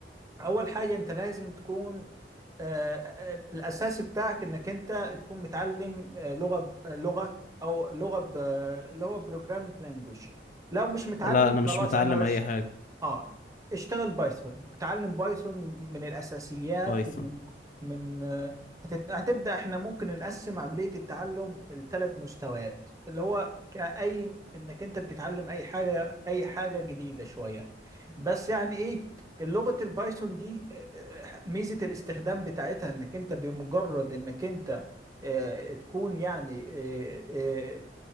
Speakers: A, on the right; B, on the left.
A: اول حاجه انت لازم تكون آه، آه، آه، الاساس بتاعك انك انت تكون متعلم آه، لغه آه، لغه او لغه ب- آه، اللي هو بروجرامينج لانجوج لو مش متعلم
B: لا انا مش
A: خلاص
B: متعلم
A: انا رش
B: اي حاجة
A: اه اشتغل بايثون اتعلم بايثون من الاساسيات
B: بايثون
A: من من آه، هتت... هتبدا احنا ممكن نقسم عمليه التعلم لثلاث مستويات اللي هو كاي انك انت بتتعلم اي حاجه اي حاجه جديده شويه بس يعني ايه لغه البايثون دي آه، آه، ميزه الاستخدام بتاعتها انك انت بمجرد انك انت آه، تكون يعني آه، آه،